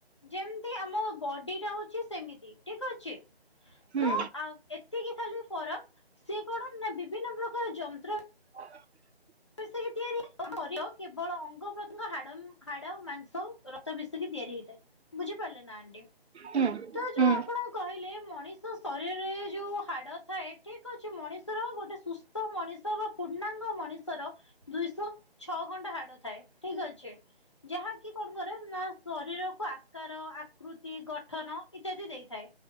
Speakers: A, on the left (about 25°); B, on the right (about 85°).
A: ଯେମିତି ଆମ ବଡିଟା ହଉ ଚି ସେମିତି ଠିକ୍ ଅଛି
B: ହୁଁ
A: ତଏତିକି ଖାଲି ଫରକ୍ ସେ କଣ ନାବିଭିନ୍ନ ପ୍ରକାର ଯନ୍ତ୍ର
B: <inaudible>
A: ମିସିକି ତିଆରି ହୁଏ କେବଳ ଅଙ୍ଗତଙ୍ଗ ହାଡ଼ ହାଡ଼ ମାଂସ ରକ୍ତ ମିସିକି ତିଆରି ହେଇଥାଏ ବୁଝିପାରିଲେନା ଆଣ୍ଟି।
B: ହୁଁ
A: ତ ଯୋଉ
B: ହୁଁ
A: ଆପଣ କହିଲେ ମଣିଷ ଶରୀରରେ ଯୋଉ ହାଡ଼ ଥାଏ ଠିକ୍ ଅଛି ମଣିଷର ଗୋଟେ ସୁସ୍ଥ ମଣିଷ ବା ପୂର୍ଣ୍ଣାଙ୍ଗ ମଣିଷର ଦୁଇଶହ ଛଅ ଘଣ୍ଟା ହାଡ଼ ଥାଏ ଠିକ୍ ଅଛି ଯାହାକି କଣ କରେନା ଶରୀରକୁ ଆକାର ଆକୃତି ଗଠନ ଇତ୍ୟାଦି ଦେଇଥାଏ।